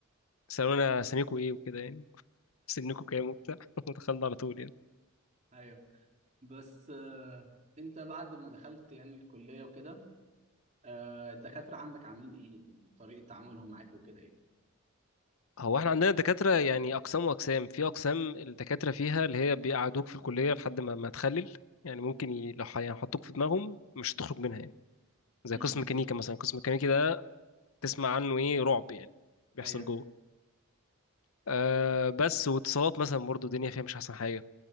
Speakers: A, on the left; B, on the right.
A: سالونا سميكوا ايه وكده يعني <laughs> سنكوا كام وبتاع <laughs> ودخلنا على طول يعني
B: ايوه بس آه انت بعد ما دخلت يعني الكلية وكده آه الدكاترة عندك عاملين ايه يعني طريقة تعاملهم معاك وكده ايه
A: هو احنا عندنا دكاترة يعني أقسام وأقسام في أقسام الدكاترة فيها اللي هي بيقعدوك في الكلية لحد ما ما تخلل يعني ممكن ي... لو ح- يعني حطوك في دماغهم مش هتخرج منها يعني زي
B: امم
A: قسم ميكانيكا مثلا قسم ميكانيكي ده تسمع عنه إيه رعب يعني بيحصل
B: ايوه
A: جوه أه بس واتصالات مثلا برضو الدنيا فيها مش أحسن حاجة